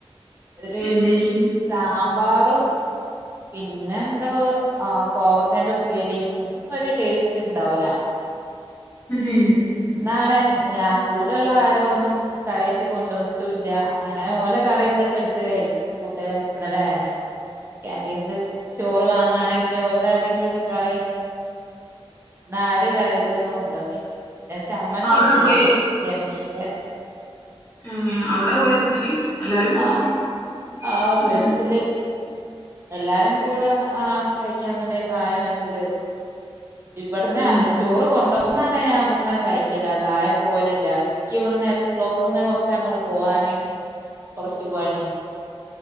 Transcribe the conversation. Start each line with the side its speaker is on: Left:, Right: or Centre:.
Right: ഒര്
Left: എന്തേനി
Right: സാമ്പാറും പിന്നെന്തോ ആഹ് കോവക്കേന്റെ ഉപ്പേരിയും ഒന്നും ഒരു ടേസ്റ്റ് ഉണ്ടാവൂല
Left: <unintelligible>
Right: ഇന്നാണ് ഞാൻ കൂടെയുള്ള ആരോ ഒന്നും കാര്യായിറ്റ് കൊണ്ടുന്നിട്ടുല്ല അങ്ങനെ ഓല കറിന്തൊക്കെ എടുത്തു കയി കൂട്ടല്ല ഇന്നലായാനെ. കാന്റീനിലെ ചോറ് വാങ്ങാണെങ്കില് ഓരുടെ ആരുടെയെങ്കിലുമൊക്കെ കറി ഇന്ന് ആരും കാര്യായിട്ട് ഒന്നും കൊണ്ടുന്നില്ല പിന്നെ ചമ്മന്തി
Left: അവിടെ
Right: ഇണ്ടേനി
Left: പോയി
Right: <unintelligible>
Left: ഉം അവിടെ പോയാ തിന്നല് എല്ലാരും
Right: ആഹ് ആഹ്
Left: ഉം
Right: ബസ്സില് എല്ലാരും കൂടെ ആ കഴിക്കാൻ തന്നെ താഴെ മെസ്സില് ഇവിടുന്ന്
Left: ഉം
Right: അല്ല ചോറ് കൊണ്ടോ ന്നാണ് ഞാൻ ഇവിടന്നങ്ങ് കഴിക്കല് താഴെ പോവലില്ല എനിക്ക് ഇവിടുന്ന് എസ് ബ്ലോക്ക്ന്ന് കൊറച്ച് അങ്ങോട്ട് പോവാന് കൊറച്ച് പണിയാ